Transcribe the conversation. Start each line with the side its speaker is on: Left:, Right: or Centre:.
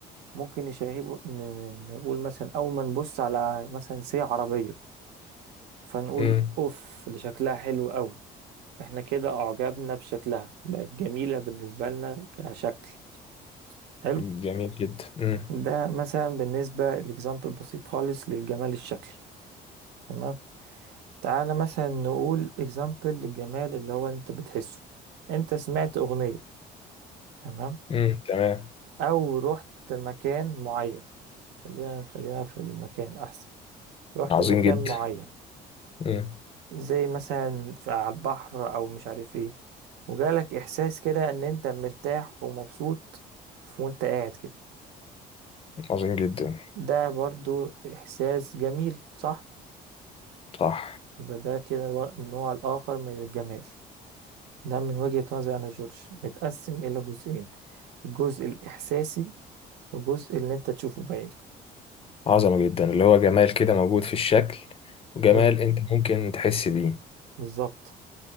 Right: ممكن نشاهده ن- نقول مثلا اول ما نبص على مثلا سي عربية فنقول
Left: مم.
Right: اوف اللي شكلها حلو قوي احنا كده اعجبنا بشكلها بقت جميلة بالنسبة لنا كشكل حلو
Left: جميل جدا مم.
Right: ده مثلا بالنسبة الاكزامبل بسيط خالص للجمال الشكلي تمام تعالى مثلا نقول اكزامبل للجمال اللي هو انت بتحسه انت سمعت اغنية تمام
Left: مم. تمام
Right: او رحت مكان معين خلينا خلينا في المكان احسن رحت
Left: عظيم
Right: مكان
Left: جدا
Right: معين
Left: مم.
Right: زي مثلا في- على البحر او مش عارف ايه وجالك احساس كده ان انت مرتاح ومبسوط ف- وانت قاعد كده
Left: عظيم جدا
Right: ده برضو احساس جميل صح
Left: صح
Right: يبقى ده كده بر- النوع الاخر من الجمال ده من وجهة نظري انا جورج متقسم الى جزئين الجزء الاحساسي والجزء اللي انت تشوفه بعينك
Left: عظمة جدا اللي هو جمال كده موجود في الشكل وجمال
Right: حلو
Left: انت ممكن تحس بيه
Right: بالظبط